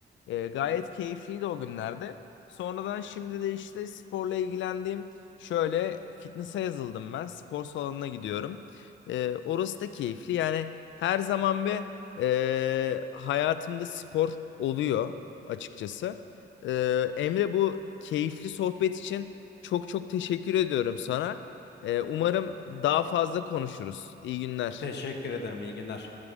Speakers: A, on the left; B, on the left.
A: E, gayet keyifliydi o günlerde. Sonradan şimdi de işte sporla ilgilendiğim şöyle fitness'a yazıldım ben. Spor salonuna gidiyorum. E, orası da keyifli. Yani her zaman bir e, hayatımda spor oluyor açıkçası. E, Emre bu keyifli sohbet için çok çok teşekkür ediyorum sana. E, umarım daha fazla konuşuruz. İyi günler.
B: Teşekkür ederim. İyi günler.